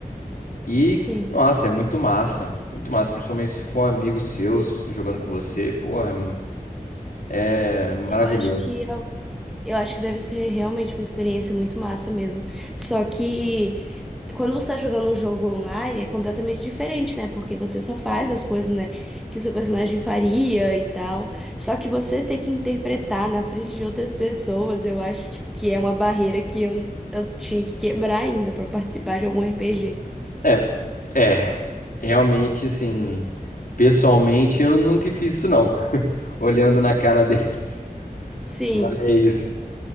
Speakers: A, on the left (about 65°); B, in the centre.
A: E,
B: Sim.
A: nossa, é muito massa, muito massa, principalmente se for um amigo seu jogando com você, porra, é maravilhoso,
B: Eu acho que
A: assim.
B: é Eu acho que deve ser realmente uma experiência muito massa mesmo. Só que quando você está jogando um jogo online é completamente diferente, né? Porque você só faz as coisas, né, que seu personagem faria e tal. Só que você ter que interpretar na frente de outras pessoas, eu acho, tipo, que é uma barreira que eu, eu tinha que quebrar ainda para participar de algum RPG.
A: É, é, realmente, assim, pessoalmente eu nunca fiz isso não, <laughs> olhando na cara deles.
B: Sim.
A: Mas,